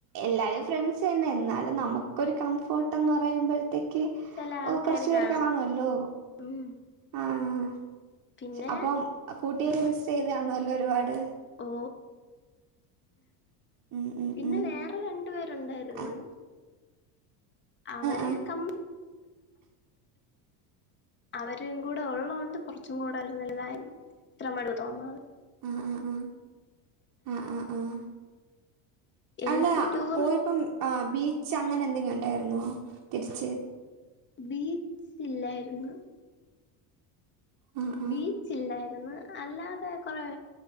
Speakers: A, on the right (about 45°); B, on the left (about 25°).
A: എല്ലാവരും ഫ്രണ്ട്സ് തന്നെ എന്നാലും നമുക്കൊരു കംഫോർട്ട് എന്ന് പറയുമ്പോഴത്തേക്ക് ക്ക്
B: ചെല ആൾക്കാര്
A: കൊറച്ചു പേര്
B: കാണും
A: കാണുമല്ലോ
B: ഉം
A: ആഹ
B: പിന്നെ
A: അപ്പം കൂട്ടുകരി മിസ് ചെയ്താണോല്ലോ ഒരുപാട്
B: ഓ
A: ഉം ഉം
B: പിന്നെ
A: ഉം
B: വേറെ രണ്ടു പേരുണ്ടായിരുന്നു
A: ആഹ്
B: അവര്
A: ആഹ്
B: കമ്മ അവരും കൂടെ ഉള്ളതുകൊണ്ട് കുറച്ചും കൂടെ ഒരു നല്ലതായിരുന്നു ഇത്ര മടുവ് തോന്നാത്
A: ഉം ഉം ഉം ആഹ ആഹ് ആഹ
B: എല്ലാത്തും
A: അല്ല
B: ടൂർ
A: പോയപ്പം ബീച്ച് രിച്ച അങ്ങനെ എന്തെങ്കും ഉണ്ടായിുന്നോ തിരിച്ച്
B: ബീച്ച ഇല്ലായിരുന്നു
A: ആ ആ
B: ബീച്ചില്ലായി അല്ലാതെ കൊറെ